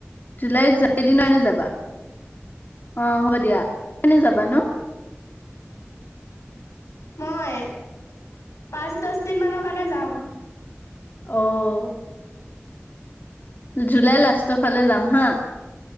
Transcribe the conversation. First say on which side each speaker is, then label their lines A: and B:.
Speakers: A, on the left (about 45°); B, on the left (about 90°).
A: জুলাইত যাব, সেইদিন নে যাবা? অ হ'ব দিয়া, <inaudible> যাবা ন
B: মই, পাঁচ দচদিন মানৰ কাৰণে যাম।
A: অহ। জুলাই লাষ্টৰ ফালে যাম হা।